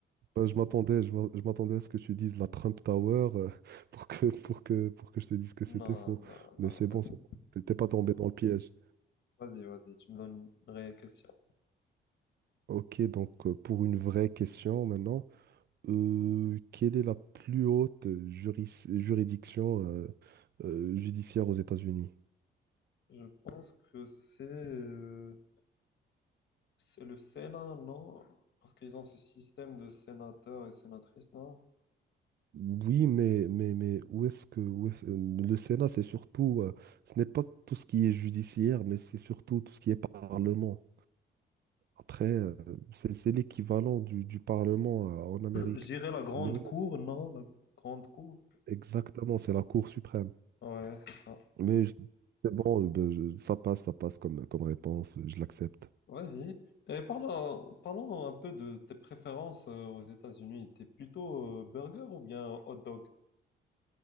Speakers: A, on the right (about 55°); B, on the left (about 60°).
A: Bah, je m'attendais, je m'en- je m'attendais à ce que tu dises la Trump Tower euh, <laughs> pour que, pour que, pour que je te dise que c'était
B: Non,
A: faux.
B: non,
A: Mais
B: non,
A: c'est bon,
B: vas-y.
A: c'est bon. T'es t'es pas tombé dans le piège.
B: Vas-y, vas-y, tu me donnes une vraie question.
A: Ok, donc euh, pour une vraie question maintenant, euh, quelle est la plus haute juris- juridiction euh, euh, judiciaire aux États-Unis?
B: Je pense que c'est euh, c'est le Sénat, non? Parce qu'ils ont ce système de sénateurs et sénatrices, non?
A: Oui, mais, mais, mais où est-ce que où est-ce- euh, le Sénat, c'est surtout, euh, ce n'est pas tout ce qui est judiciaire, mais c'est surtout tout ce qui est parlement. Après, euh, c'est c'est l'équivalent du, du Parlement euh, en Amérique.
B: J'irais la grande
A: Mais
B: cour, non? La grande cour.
A: exactement, c'est la Cour suprême.
B: Ouais, c'est ça.
A: Mais je- c'est bon, euh, ben, je- ça passe, ça passe comme, comme réponse, euh, je l'accepte.
B: Vas-y. Et parlons, parlons un peu de tes préférences euh, aux États-Unis. T'es plutôt euh, burger ou bien hot dog?